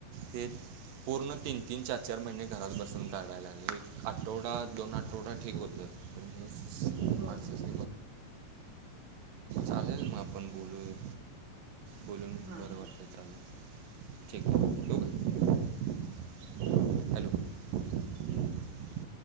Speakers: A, on the right; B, on the right.
A: तेच. पूर्ण तीन तीन, चार चार महिने घरात बसून काढायला लागले. एक आठवडा, दोन आठवडा ठीक होत. पण हे
B: हो
A: माणसं- <unintelligible> चालेल मग आपण बोलूया. बोलून
B: हा
A: बर
B: हा
A: वाटलं. चालेल ठीक. ठेवू? हॅलो.